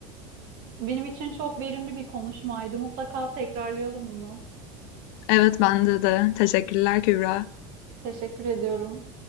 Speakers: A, on the right; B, on the left.
A: Benim için çok verimli bir konuşmaydı. Mutlaka tekrarlayalım bunu.
B: Evet bende de. Teşekkürler Kübra.
A: Teşekkür ediyorum.